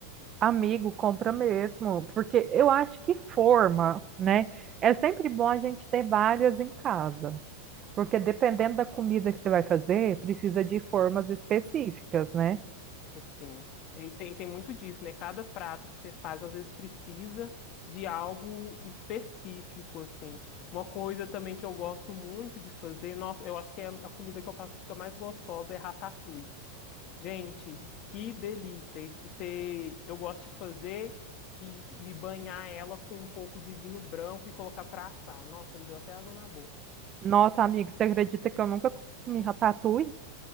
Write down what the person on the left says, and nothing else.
assim e tem, tem muito disso, né? Cada prato que você faz, às vezes, precisa de algo específico, assim. Uma coisa também que eu gosto muito de fazer, nossa, eu acho que é a comida que eu faço que fica mais gostosa é ratatouille. Gente, que delícia! E Você, eu gosto de fazer e, e banhar ela com um pouco de vinho branco e colocar para assar. Nossa, me deu até água na boca.